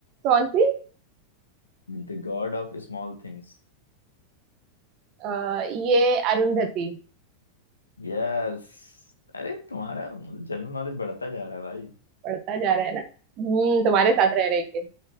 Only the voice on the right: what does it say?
कौन सी
अ, ये अरुंधति
बढ़ता जा रहा है ना हम्म तुम्हारे
साथ रह रहे के